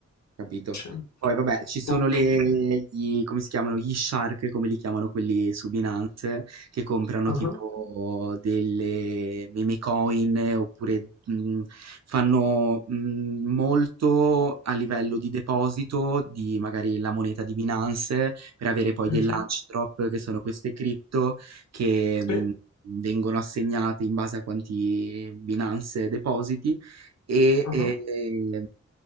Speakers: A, on the right; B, on the left.
A: Capito.
B: 100,
A: Poi vabbè, ci sono
B: ok.
A: le gli come si chiamano? Gli shark, come li chiamano quelli su Binance, che comprano
B: Ah,
A: tipo delle meme coin oppure mh, fanno mh, molto a livello di deposito di magari la moneta di Binance per avere poi
B: mhm,
A: dei launch drop, che sono queste cripto che mh,
B: Sì,
A: vengono assegnate in base a quanti Binance depositi e
B: ah,
A: ehm,